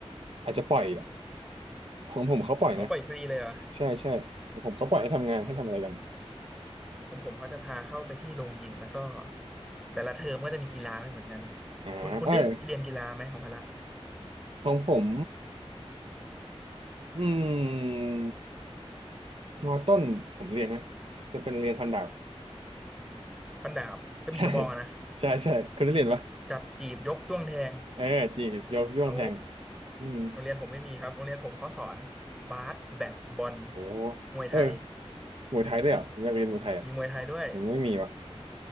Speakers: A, on the right (about 60°); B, in the centre.
A: อาจจะปล่อย ของผมเขาปล่อยนะ
B: อ๋อปล่อยฟรีเลยเหรอ
A: ใช่ใช่ของผมเขาปล่อยให้ทำงานให้ทำอะไรกัน
B: อ๋อของผมเขาจะพาเข้าไปที่โรงยิมแล้วก็แต่ละเทอมก็จะมีกีฬาไม่เหมือนกัน
A: อ่าเอ้ย
B: คุณคุณได้เรียนกีฬาไหมของพละ
A: ของผมอืมมอต้นผมเรียนนะจะเป็นเรียนฟันดาบ
B: ฟันดาบกระบี่กระบองอะนะ
A: <laughs> ใช่ใช่ใช่เคยได้เรียนปะ
B: จับจีบยกจ้วงแทง
A: เออจีบยกย่องแทง
B: โอ้
A: อืม
B: โรงเรียนผมไม่มีครับโรงเรียนผมเขาสอนบาสแบดบอล
A: โอ้
B: มวยไทย
A: เออมวยไทยด้วยเหรอผมอยากเรียนมวยไทยอ่ะ
B: มีมวยไทยด้วย
A: ผมไม่มีวะ